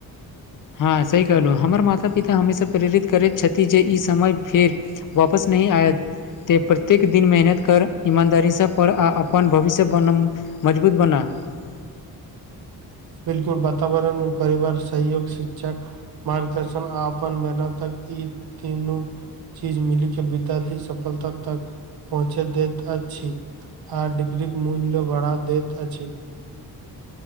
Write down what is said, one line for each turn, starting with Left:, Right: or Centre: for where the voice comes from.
Left: हँ सही कहलौ हमर माता पिता हमेशा प्रेरित करैत छथि जे ई समय फेर। वापस नहीं आयत ते प्रत्येक दिन मेहनत कर ईमानदारीसँ पढ़ आ अपन भविष्य बनम मजबूत बना। <unintelligible>
Right: बिल्कुल वातावरण में परिवार सहयोग शिक्षक। मार्गदर्शन आ अपन मेहनतक ई तीनू। चीज मिल केँ विद्यार्थी सफलता तक पहुँचे देैत अछि। आर डिग्री मूल्य बढ़ा दैत अछि।